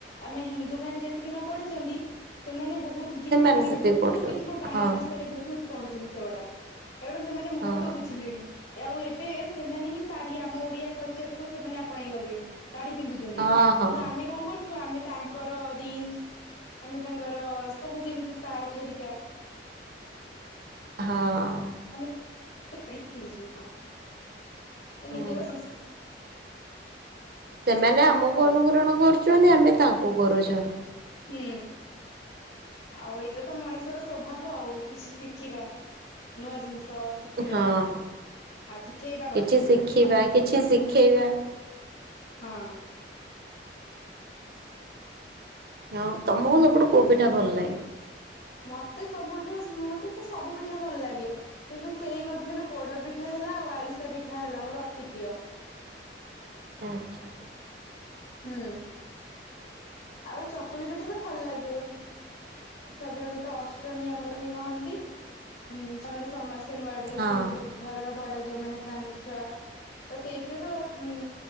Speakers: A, on the left; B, on the right.
A: ଆମେ ହିନ୍ଦୁମାନେ ଯେତିକି ନ ପଢୁଛନ୍ତି ସେମାନେ ବହୁତ ଗୀତା
B: ସେମାନେ
A: ପ୍ରେମୀ,
B: ସେତିକି
A: ବହୁତ
B: ପଢୁଛନ୍ତି
A: ଦେଖିବ ବାହାର
B: ହଁ
A: ଦେଶରେ ବହୁତ ପଢୁଛନ୍ତି ସେଗୁଡା। କାରଣ ସେମାନେ ମହତ୍ତ୍ୱ
B: ହଁ
A: ବୁଝିଲେଣି। ଆଉ ଏବେ ସେମାନେ ହିଁ ଶାଢୀ ଆମ ଓଡିଆ କଲଚରକୁ ସେମାନେ ଆପଣେଇ ଗଲେଣି। ଶାଢୀ ପିନ୍ଧୁ ଚନ୍ତି।
B: ହଁ ହଁ।
A: କିନ୍ତୁ ଆମେ କଣ କରୁଛୁ ଆମେ ତାଙ୍କର ଜିନ୍ସ, ଆମେ ତାଙ୍କର ସବୁ ଯେମିତି ସାର୍ଟ ହେରିକା
B: ହଁ।
A: ଆମେ <unintelligible> ପିନ୍ଧୁଚୁ ହଁ।
B: ହୁଁ।
A: ନିଜର
B: ସେମାନେ
A: କଥା
B: ଆମକୁ
A: ଆମର ଆଉ।
B: ଅନୁକରଣ କରୁଛନ୍ତି ଆମେ ତାଙ୍କୁ କରୁଛନ୍ତି।
A: ହୁଁ। ଆଉ ଏଇଟା ତ ମଣିଷର ସ୍ୱଭାବ ଆଉ। କିଛି ଶିଖିବା, ନୂଆ ଜିନିଷ ଶିଖିବା।
B: ହଁ।
A: ଆଉ ଶିଖେଇବା
B: କିଛି
A: ମଧ୍ୟ
B: ଶିଖିବା, କିଛି ଶିଖେଇବା
A: ହଁ।
B: ହଁ ତମୁକୁ ସବୁଠୁ କୋଉ ପିଠା ଭଲ ଲାଗେ?
A: ମତେ ସବୁଠୁ, ମତେ ତ ସବୁ ପିଠା ଭଲ ଲାଗେ। କିନ୍ତୁ ସେଇ ମଧ୍ୟରୁ ପୋଡ ପିଠା ହେଲା ଆଉ ଆରିସା ପିଠା ହେଲା ମୋର ଅତି ପ୍ରିୟ।
B: ହୁଁ, ଆଚ୍ଛା।
A: ହୁଁ। ଆଉ ଚକୁଳି ପିଠା ତ ଭଲ ଲାଗେ। ସାଧାରଣତଃ ଅଷ୍ଟମୀ ଆମର ସେମି କହନ୍ତି, ଉମ୍ ତାମାନେ ସମସ୍ତେ ନୂଆ ଡ୍ରେସ
B: ହଁ
A: ପିନ୍ଧିବେ ଘରର ବଡ ଯୋଉମାନେ ଥାଆନ୍ତି ଛୁଆ, ତ ସେଇଥିରେ ତ ଉମ୍